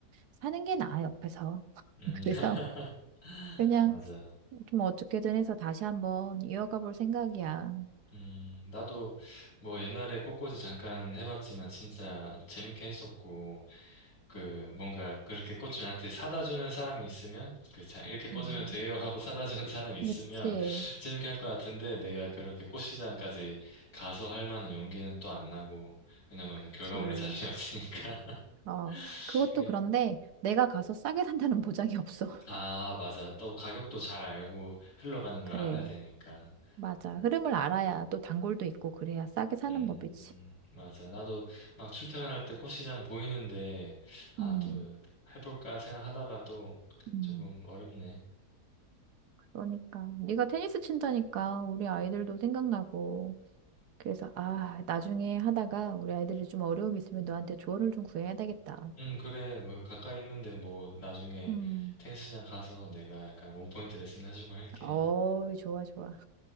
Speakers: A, on the right (about 75°); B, on the left (about 85°).
A: 사는 게 나아, 옆에서. <laughs>
B: 음,
A: 그래서
B: <laughs>
A: 그냥
B: 맞아.
A: 좀 어떻게든 해서 다시 한번 이어가 볼 생각이야.
B: 음, 나도 뭐 옛날에 꽃꽂이 잠깐 해봤지만 진짜 재밌게 했었고, 그 뭔가 그렇게 꽃을 나한테 사다 주는 사람이 있으면, 그 자, 이렇게 꽂으면
A: 음.
B: 돼요 하고 사다 주는 사람이 있으면
A: 그치,
B: <laughs> 재밌게 할 것 같은데 내가 그렇게 꽃시장까지 가서 할 만한 용기는 또 안 나고, 왜냐면
A: 그치.
B: 결과물에 자신이 없으니까.
A: 어,
B: <laughs>
A: 그것도
B: 그-
A: 그런데 내가 가서 싸게 산다는 보장이 없어. <laughs>
B: 아, 맞아. 또 가격도 잘 알고 흘러가는 걸
A: 그래,
B: 알아야 되니까.
A: 맞아. 흐름을 알아야 또 단골도 있고 그래야 싸게 사는
B: 음,
A: 법이지.
B: 맞아. 나도 막 출퇴근할 때 꽃시장 보이는데, 아,
A: 음.
B: 또 해볼까 생각하다가도
A: 음.
B: 조금 어렵네.
A: 그러니까 네가 테니스 친다니까 우리 아이들도 생각나고 그래서 아 나중에 하다가 우리 아이들이 좀 어려움이 있으면 너한테 조언을 좀 구해야 되겠다.
B: 응 그래. 그 가까이 있는데 뭐 나중에
A: 음.
B: 테니스장 가서 내가 약간 원포인트 레슨 해주고 할게.
A: 어, 좋아, 좋아.